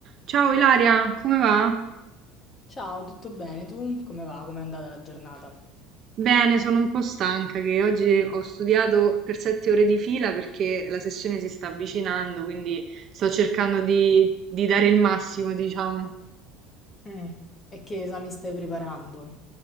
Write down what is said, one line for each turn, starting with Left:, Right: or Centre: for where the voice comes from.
Right: Ciao Ilaria, come va?
Left: Ciao, tutto bene? Tu come va? Com'è andata la giornata?
Right: Bene, sono un po' stanca che oggi ho studiato per sette ore di fila perché la sessione si sta avvicinando, quindi sto cercando di, di dare il massimo, diciamo.
Left: Mm. E che esami stai preparando?